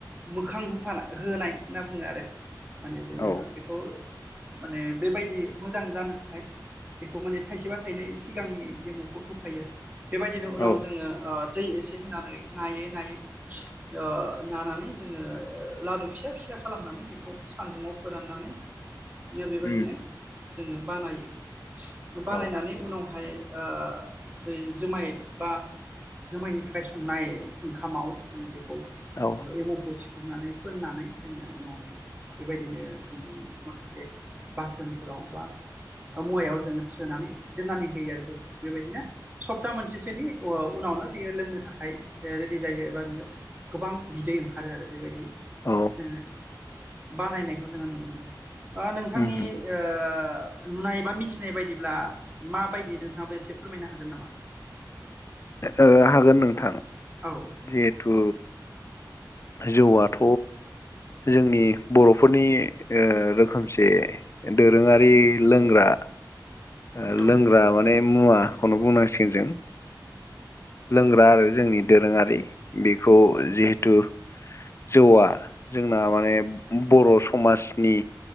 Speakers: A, on the right; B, on the left.
A: मोखां होफानाय होनाय होनना बुङो आरो। माने जोङो
B: औ
A: बेखौ माने बेबायदि मोजां जानो थाखाय बेखौ माने थाइसेबा थाइनै सिगांनि एमावखौ होफायो आरो बेबायदिनो उनाव
B: औ
A: जोङो ओ दै एसे होनानै नायै, नायै नानानै जोङो लादु फिसा- फिसा खालामनानै बेखौ सान्दुंआव फोराननानै बेबायदिनो
B: उम
A: जोङो बानायो बानायनानै
B: औ
A: उनावहाय बै जुमाय बा जोमायनि थाखाय संनाय ओंखामाव जोङो बेखौ
B: औ
A: एम'खौ सिफ्रुनानै फोननानै जोङो उनावहाय बेबायदिनो जोङो माखासे बासोनफोराव बा। मुवायाव जोङो सोनानै दोन्नानै होयो आरो जौखौ बेबायदिनो सप्ता मोनसेसोनि उ-उनावनो बियो लोंनो थाखाय ओ रेडि जायो एबा बियो गोबां बिदै ओंखारो आरो बेबायदि।
B: औ
A: जोङो बानायनायखौ जोङो नुनो मोनो ओ नोंथांनि
B: उम
A: ओ नुनाय बा मिथिनाय बायदिब्ला माबायदि नोंथाङाबो एसे फोरमायनो हागोन नामा?
B: ओ हागोन नोंथां।
A: औ।
B: जिहेथु। जौआथ' जोंनि बर'फोरनि ओ रोखोमसे। दोरोङारि लोंग्रा। ओ
A: औ
B: लोंग्रा माने मुवाखौनो बुंनांसिगोन जों। लोंग्रा आरो जोंनि दोरोङारि बेखौ जिहेथु। जौआ जोंना माने बर' समाजनि।